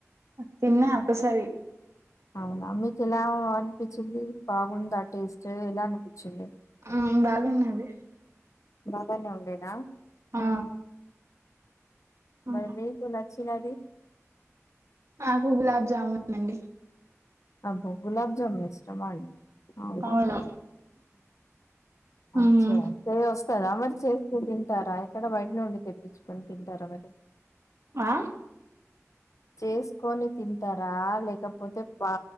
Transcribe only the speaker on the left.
అవునా మీకు ఎలా అనిపించింది బాగుందా టేస్ట్ ఎలా అనిపించింది
బాగానే వండినా
మరి మీకు నచ్చినది
అబ్బో గులాబ్ జామ్ ఇష్టమా అండి అవునా
అచ్చ ఏ వస్తా కదా మరి చేస్తూ తింటారా ఎక్కడ బయట నుండి తెప్పించుకొని తింటారా మరి
చేసుకొని తింటారా లేకపోతే పా